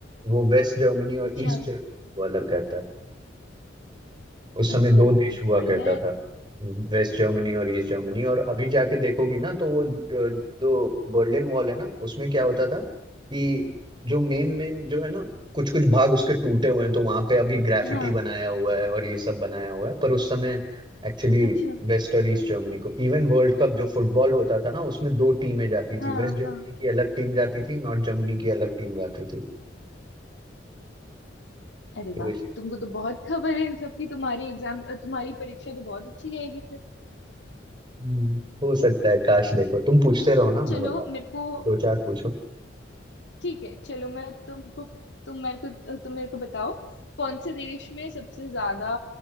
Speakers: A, on the right; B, on the left.
A: वो वेस्ट जर्मनी और
B: अच्छा
A: ईस्ट जर्मनी को अलग करता है उस
B: अच्छा
A: समय दो
B: ये
A: देश
B: तो
A: हुआ
B: बढ़िया
A: करता
B: है
A: था वेस्ट जर्मनी और ईस्ट जर्मनी और अभी जाके देखोगी ना तो वो जो जो बर्लिन वॉल है ना उसमें क्या होता था कि जो मेन मेन जो है ना कुछ कुछ भाग उसके टूटे हुए हैं तो वहां पे अभी ग्राफिटी
B: हाँ
A: बनाया हुआ है और ये सब बनाया हुआ है पर उस समय एक्चुअली
B: अच्छा
A: वेस्ट और ईस्ट जर्मनी को इवन वर्ल्ड कप जो फुटबॉल होता था ना उसमें दो टीमें जाती
B: हाँ
A: थी वेस्ट जर्मनी
B: हाँ
A: की अलग टीम जाती थी नॉर्थ जर्मनी की अलग टीम जाती थी
B: अरे वाह
A: तो इसी
B: तुमको तो बहुत खबर है इन सबकी तुम्हारी एग्जाम तुम्हारी परीक्षा तो बहुत अच्छी जाएगी फिर
A: हम्म, हो सकता है काश देखो तुम पूछते रहो ना मैं
B: चलो
A: बता
B: मेरे को
A: दो चार पूछो
B: ठीक है चलो मैं तुमको तुम मेरे को तुम मेरे को बताओ कौन से देश में सबसे ज्यादा